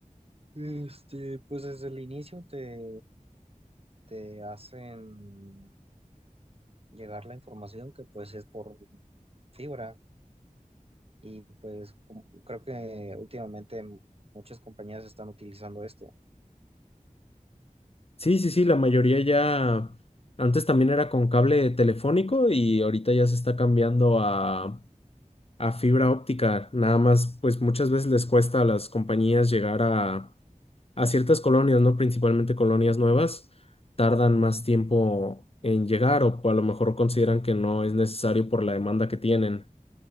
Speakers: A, on the right; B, on the left.
A: Este, pues desde el inicio te, te hacen llegar la información que pues es por fibra y pues como- creo que últimamente muchas compañías están utilizando esto.
B: Sí, sí, sí, la mayoría ya, antes también era con cable telefónico y ahorita ya se está cambiando a, a fibra óptica. Nada más, pues muchas veces les cuesta a las compañías llegar a, a ciertas colonias, ¿no? Principalmente colonias nuevas, tardan más tiempo en llegar o a lo mejor consideran que no es necesario por la demanda que tienen.